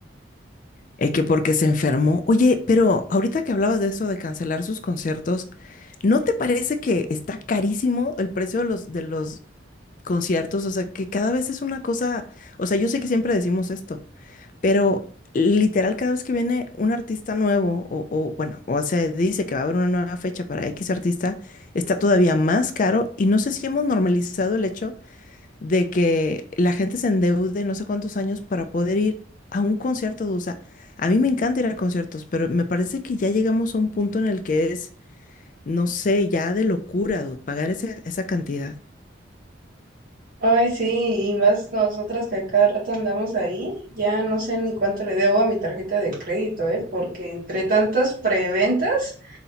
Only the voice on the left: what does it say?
eh, que porque se enfermó. Oye, pero ahorita que hablabas de eso de cancelar sus conciertos, ¿no te parece que está carísimo el precio de los, de los conciertos? O sea, que cada vez es una cosa, o sea, yo sé que siempre decimos esto, Pero literal, cada vez que viene un artista nuevo, o, o, bueno, o se dice que va a haber una nueva fecha para X artista, está todavía más caro. Y no sé si hemos normalizado el hecho de que la gente se endeude no sé cuántos años para poder ir a un concierto de USA. A A mí me encanta ir a conciertos, pero me parece que ya llegamos a un punto en el que es, no sé, ya de locura, dude, pagar ese- esa cantidad.